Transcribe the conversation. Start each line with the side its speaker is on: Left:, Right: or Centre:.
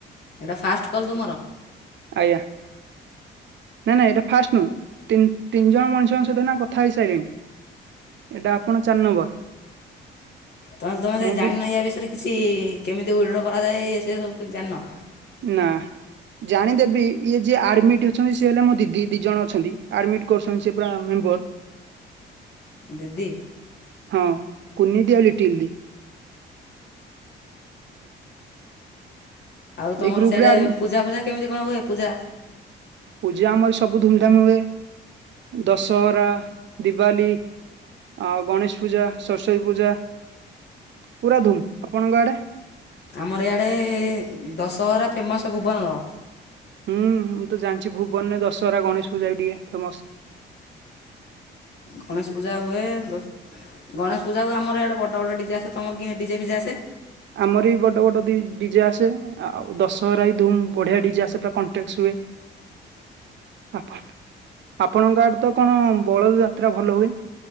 Left: ଏଟା ଫାଷ୍ଟ କଲ୍ ତୁମର?
Right: ଆଜ୍ଞା। ନାଇଁ ନାଇଁ, ଏଟା ଫାଷ୍ଟ ନୁ, ତିନ, ତିନି ଜଣ ମଣିଷଙ୍କ ସହିତ, ଏଇନା କଥା ହେଇସାରିଲିଣି। ଏଟା ଆପଣ ଚାରି ନମ୍ବର।
Left: ତା ହେଲେ ତମେ
Right: ମୁଁ
Left: ଜାଣିନ
Right: ବି
Left: ୟା ବିଷୟରେ କିଛି ଇ, କେମିତି ଉଇଡ୍ର କରାଯାଏ, ଇଏ ସିଏ ସବୁ କି ଜାଣିନ?
Right: ନା, ଜାଣିଦେବି, ଇଏ ଯିଏ ଆଡ୍ମିଟ ଅଛନ୍ତି, ସିଏ ହେଲେ ମୋ ଦିଦି, ଦି ଜଣ ଅଛନ୍ତି। ଆଡମିଟ୍ କରୁଛନ୍ତି ସେ ପୁରା ମେମ୍ବର।
Left: ଦିଦି।
Right: ହଁ, କୁିନି ଦି, ଆଉ ଲିଟିଲି ଦି।
Left: ଆଉ ତମର
Right: ଏଇ ଗ୍ରୁପ
Left: ସିଆଡେ
Right: ରେ ଆଡ
Left: ପୂଜା ଫୁଜା କେମିତି କଣ ହୁଏ, ପୂଜା?
Right: ପୂଜା ଆମର ସବୁ ଧୁମ୍ ଧାମ୍ ହୁଏ, ଦଶହରା, ଦିିବାଲି ଆଉ ଗଣେଶ ପୂଜା, ସରସ୍ଵତୀ ପୂଜା ପୁରା ଧୁମ୍, ଆପଣଙ୍କ ଆଡେ?
Left: ଆମର ଇଆଡ଼େ ଦଶହରା ଫେମସ୍, ଭୁବନର।
Right: ହୁଁ, ମୁଁ ତ ଜାଣିଛି ଭୁବନରେ ଦଶହରା ଗଣେଶ ପୂଜା ବି ଟିକେ ଫେମସ୍।
Left: ଗଣେଶ ପୂଜା ହୁଏ, ଦ ଗଣେଶ ପୂଜାକୁ ଆମର ଇଆଡେ ବଡ଼ ବଡ଼ ଡିଜେ ଆସେ, ତମର କି ଡିଜେ ଫିଜେ ଆସେ?
Right: ଆମର ବି ବଡ଼ ବଡ଼ ଦି ଡିଜେ ଆସେ ଆଉ ଦଶହରା ବି ଧୁମ୍ ବଢ଼ିଆ ଡିଜେ ଆସେ ପୁରା କଣ୍ଟେକ୍ସ ହୁଏ।
Left: <inaudible>
Right: ଆପା, ଆପଣଙ୍କ ଆଡେ ତ କଣ, ବଳଦ ଯାତ୍ରା ଭଲ ହୁଏ?